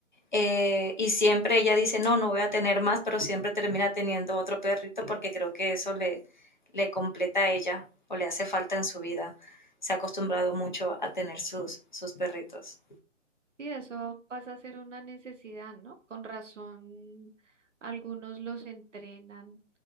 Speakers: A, on the left; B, on the right.
A: Eh, y siempre ella dice, no, no voy a tener más, pero siempre termina teniendo otro perrito porque creo que eso le, le completa a ella o le hace falta en su vida. Se ha acostumbrado mucho a tener sus, sus perritos.
B: Sí, eso pasa a ser una necesidad, ¿no? Con razón, algunos los entrenan